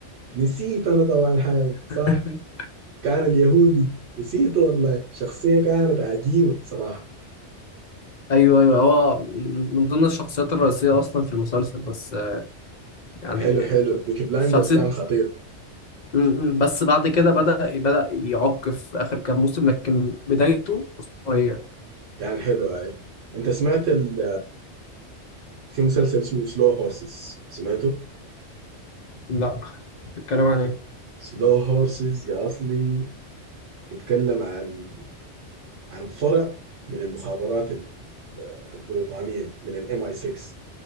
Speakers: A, on the right (about 70°); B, on the left (about 55°).
A: نسيت أنا طبعا حاجة
B: <laughs>
A: صح كان اليهودي نسيته والله شخصية كانت عجيبة صراحة
B: ايوه ايوه هو من ضمن الشخصيات الرئيسيه اصلا في المسلسل بس آه، يعني
A: حلو حلو بيكي بلايندرز
B: شخصيه
A: كان خطير
B: م- م- بس بعد كده بدأ بدأ يعق في اخر كام موسم لكن بدايته اسطوريه
A: كان حلو هاي انت سمعت ال... في مسلسل اسمه سلو هورسز سمعته
B: لا الكلام عن ايه
A: سلو هورسز يا اصلي بيتكلم عن عن فرع من المخابرات ال- البريطانية من الام اي 6